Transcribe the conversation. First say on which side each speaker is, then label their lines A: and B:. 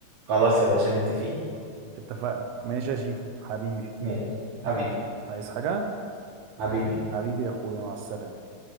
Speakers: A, on the right; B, on the right.
A: خلاص يا باشا متفقين
B: اتفقنا ماشي يا شيفو حبيبي
A: ماشي حبيبي
B: عايز حاجة
A: حبيبي
B: حبيبي يا اخويا مع السلامة